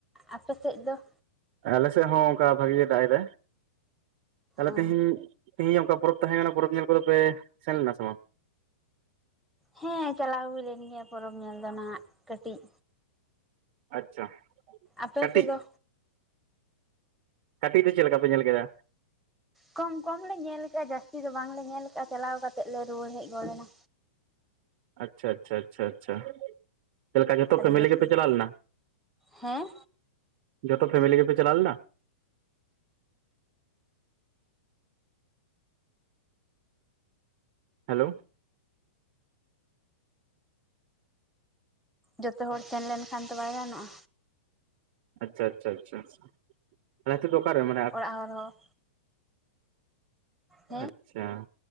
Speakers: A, in the centre; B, on the right.
A: ᱟᱯᱮᱥᱮᱫ ᱫᱚ
B: ᱟᱞᱮ ᱥᱮᱫ ᱦᱚᱸ ᱚᱱᱠᱟ ᱵᱷᱟᱜᱤ ᱜᱮ ᱫᱟᱜ ᱫᱟᱭ᱾ ᱛᱟᱦᱚᱞᱮ
A: ᱚ
B: ᱛᱮᱦᱮᱧ ᱛᱤᱦᱤᱧ ᱚᱱᱠᱟ ᱯᱚᱨᱚᱵᱽ ᱛᱟᱦᱮᱸ ᱠᱟᱱᱟ ᱯᱚᱨᱚᱵᱽ ᱧᱮᱞ ᱠᱚᱫᱚ ᱯᱮ ᱥᱮᱱᱞ ᱞᱮᱱᱟ ᱥᱮ ᱵᱟᱝ
A: ᱦᱮᱸ ᱪᱟᱞᱟᱣ ᱦᱩᱭ ᱞᱮᱱ ᱜᱮᱭᱟ ᱯᱚᱨᱚᱵᱽ ᱧᱮᱞ ᱫᱚ ᱱᱟ ᱦᱟᱸᱜ ᱠᱟᱹᱴᱤᱡ
B: ᱟᱪᱪᱷᱟ
A: ᱟᱯᱮ
B: ᱠᱟᱹᱴᱤᱡ
A: ᱠᱚᱫᱚ
B: ᱠᱟᱹᱴᱤᱡ ᱛᱮ ᱪᱮᱫ ᱞᱮᱠᱟ ᱯᱮ ᱧᱮᱞ ᱠᱮᱫᱟ᱾
A: ᱠᱚᱢ ᱠᱚᱢ ᱞᱮ ᱧᱮᱞ ᱠᱟᱜᱼᱟ᱾ ᱡᱟᱹᱥᱛᱤ ᱫᱚ ᱵᱟᱝ ᱞᱮ ᱧᱮᱞ ᱠᱟᱜᱼᱟ᱾ᱪᱟᱞᱟᱣ ᱠᱟᱛᱮᱫ ᱞᱮ ᱨᱩᱭᱟᱹᱲ ᱦᱮᱡ ᱜᱚᱜ ᱱᱟ᱾
B: ᱟᱪᱪᱷᱟ ᱟᱪᱪᱷᱟ ᱟᱪᱪᱷᱟ ᱟᱪᱪᱷᱟ ᱪᱮᱫ ᱞᱮᱠᱟ ᱡᱚᱛᱚ
A: ᱟᱹᱰᱤ
B: ᱯᱷᱮᱢᱤᱞᱤ
A: ᱡᱟᱹᱥᱛᱤ
B: ᱜᱮᱯᱮ
A: ᱫᱚ
B: ᱪᱟᱞᱟᱣ ᱞᱮᱱᱟ᱾
A: ᱦᱮᱸ
B: ᱡᱚᱛᱚ ᱯᱷᱮᱢᱤᱞᱤ ᱜᱮᱯᱮ ᱪᱟᱞᱟᱣ ᱞᱮᱱᱟ᱾ ᱦᱮᱞᱳ
A: ᱡᱚᱛᱚ ᱦᱚᱲ ᱥᱮᱱ ᱞᱮᱱᱠᱷᱟᱱ ᱫᱚ ᱵᱟᱭ ᱜᱟᱱᱚᱜᱼᱟ
B: ᱟᱪᱪᱷᱟ ᱟᱪᱪᱷᱟ ᱟᱪᱪᱷᱟ ᱟᱪᱷᱟ᱾ᱱᱤᱛᱚᱜ ᱫᱚ ᱛᱟᱦᱞᱮ ᱚᱠᱟᱨᱮ? ᱫᱚ ᱢᱟᱱᱮ
A: ᱟᱨ ᱦᱚᱸ ᱦᱮᱸ
B: ᱟᱪᱪᱷᱟ